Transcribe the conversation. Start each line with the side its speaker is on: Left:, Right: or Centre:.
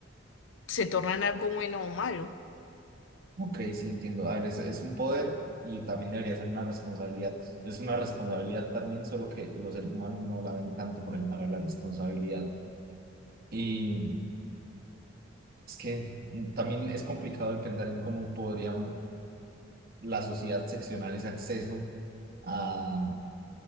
Left: se tornan algo bueno o malo?
Right: Ok, sí, entiendo. A ver, es, es un poder y también debería ser una responsabilidad. Es una responsabilidad también, solo que los seres humanos no la ven tanto por el lado de la responsabilidad. Y es que también es complicado de pensar en cómo podría la sociedad seccionar ese acceso a,